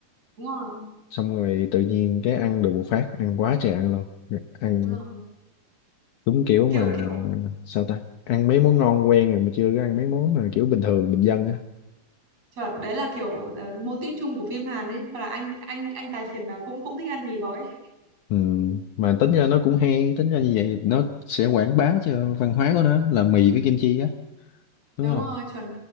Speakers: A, on the right (about 45°); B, on the left (about 70°).
A: đúng rồi
B: xong rồi tự nhiên cái ăn được một phát ăn quá trời ăn luôn ăn
A: đúng rồi
B: đúng kiểu mà
A: kiểu kiểu
B: sao ta ăn mấy món ngon quen rồi mà chưa có ăn mấy món mà kiểu bình thường bình dân á
A: chuẩn đấy là kiểu uh, mô típ chung của phim Hàn ấy mà là anh anh anh tài phiệt nào cũng cũng thích ăn mì gói ấy.
B: ừ. mà tính ra nó cũng hay tính ra như vậy nó sẽ quảng bá cho văn hóa của nó là mì với kim chi á đúng
A: đúng
B: không
A: rồi chuẩn